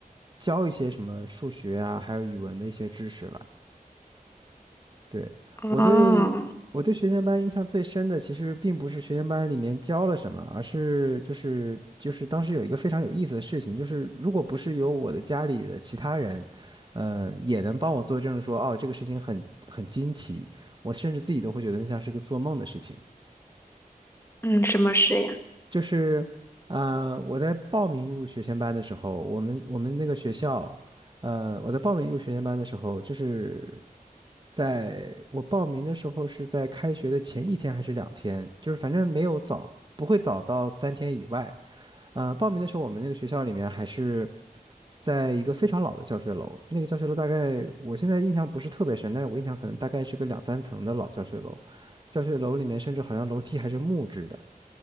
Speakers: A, on the right; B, on the left.
A: 教一些什么数学啊，还有语文的一些知识了。对，我对我对学前班印象最深的，
B: 哦。
A: 其实并不是学前班里面教了什么，而是就是就是当时有一个非常有意思的事情，就是如果不是有我的家里的其他人，呃，也能帮我作证说，哦，这个事情很很惊奇，我甚至自己都会觉得那像是个做梦的事情。
B: 嗯，什么事呀？
A: 就是，呃，我在报名入学前班的时候，我们我们那个学校，呃，我在报名入学前班的时候，就是。在我报名的时候是在开学的前一天还是两天，就是反正没有早，不会早到三天以外。呃，报名的时候我们那个学校里面还是在一个非常老的教学楼，那个教学楼大概我现在印象不是特别深，但是我印象可能大概是个两三层的老教学楼，教学楼里面甚至好像楼梯还是木质的。